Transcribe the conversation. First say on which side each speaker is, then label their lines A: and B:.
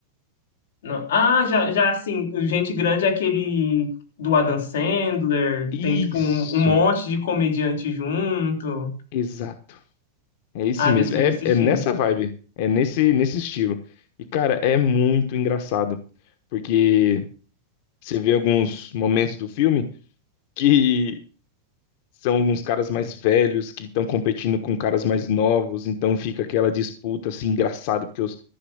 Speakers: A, on the left; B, on the left.
A: Não- Ah, já, já, assim, o Gente Grande é aquele do Adam Sandler,
B: Isso,
A: que tem, tipo, um, um monte de comediante junto.
B: exato. É esse
A: Ah,
B: mesmo.
A: desse eu
B: É,
A: já assisti.
B: é nessa vibe, é nesse, nesse estilo. E, cara, é muito engraçado, porque. Você vê alguns momentos do filme que são alguns caras mais velhos que estão competindo com caras mais novos, então fica aquela disputa assim engraçada, porque os,